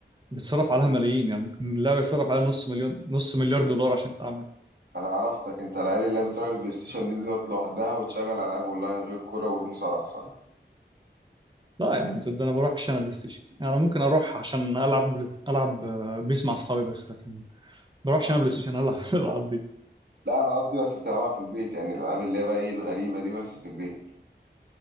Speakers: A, on the right (about 25°); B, on the right (about 65°).
A: بيتصرف عليها ملايين يعني ممكن اللعبة يتصرف عليها نص مليون نص مليار دولار عشان تتعمل
B: انا عرفتك انت العيال اللي هي بتروح البلاي ستيشن دي ديت لوحدها وتشغل العاب اونلاين غير الكوره والمصارعه صح
A: لا يا عم صدق انا بروح عشان بلاي ستيشن يعني ممكن اروح عشان العب بلاي- العب آه، بيس مع اصحابي بس لكن ما بروحش
B: آه.
A: انا بلاي ستيشن العب <laughs> الالعاب دي
B: لا انا قصدي بس بتلعبها في البيت يعني الالعاب اللي هي بقى ايه الغريبه دي بس في البيت